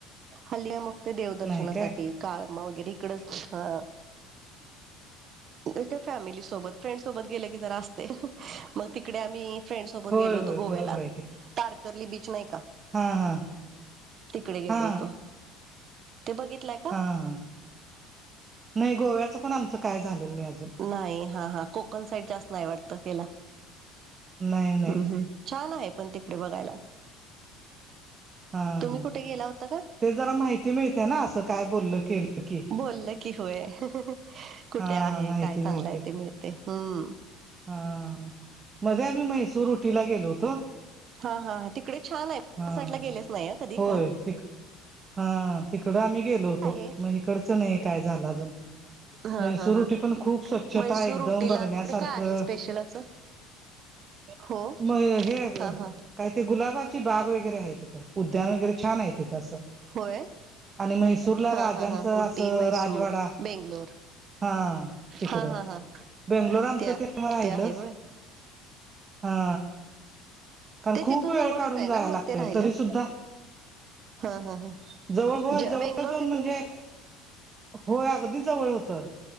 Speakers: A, on the right; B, on the right.
A: हल्ली मग ते देवदर्शनासाठी
B: नाही काय
A: काळमा वगैरे इकडच हा मग काय फॅमिली सोबत फ्रेंड सोबत गेल की जरा असतय ते मग तिकडे आम्ही फ्रेंड सोबत
B: होय
A: गेलो होतो
B: होय
A: गोव्याला
B: बरोबर आहे की
A: तारकर्ली बीच नाही का?
B: हा हा
A: तिकडे गेलो
B: हा
A: होतो ते बघितलाय?
B: हा हा नाही गोव्याचं पण आमचं काय झालेलं नाही अजून.
A: नाही हा हा कोकण साईड जास्त नाही वाटत गेला
B: नाही नाही
A: ह् ह. छान आहे पण तिकडे बघायला.
B: हा
A: तुम्ही
B: हा
A: कुठे गेला होता का?
B: ते जरा माहिती मिळते ना असं काय बोललं केलं की
A: बोलल की होय. कुठे
B: हा
A: आहे
B: माहिती
A: काय चांगलं
B: मिळते
A: आहे ते मिळते हम्म.
B: हा मध्ये आम्ही म्हैसूर उटीला गेलो होतो.
A: हा हा हा तिकडे छान आहे
B: हा
A: साईटला गेलेच नाही ह कधी
B: होय
A: खरं.
B: तिक हा तिकडं आम्ही गेलो होतो
A: आहे
B: मग इकडचं नाही काय झालं अजून.
A: हा
B: म्हैसूरुटी
A: हा हा
B: पण खूप स्वच्छता
A: म्हैसूर
B: एकदम
A: उटीला
B: बघण्यासारखं.
A: तिकडे काय आहे स्पेशल असं हो
B: म ग हे ग
A: हा हा
B: काय ते गुलाबाची बाग वगैरे आहे तिथं उद्यान वगैरे छान आहे तिथं असं.
A: होय.
B: आणि म्हैसूरला
A: हा
B: राजांचं
A: हा हा उटी
B: असं
A: म्हैसूर
B: राजवाडा.
A: बेंगलोर
B: हा तिकडं.
A: हा हा हा
B: बेंगलोर आमचं
A: आहे
B: ते राहिलच.
A: आहे होय
B: हा. कारण
A: ते
B: खूप
A: तिथून
B: वेळ
A: जवळच
B: काढून
A: आहे
B: जायला
A: ना
B: लागतय.
A: मग ते राहिलं
B: तरी सु ता.
A: हा हा हा
B: जवळ होय
A: ज
B: जवळ
A: बेंगलोर
B: जवळ
A: तिथून
B: म्हणजे. होय. अगदी जवळ होतं.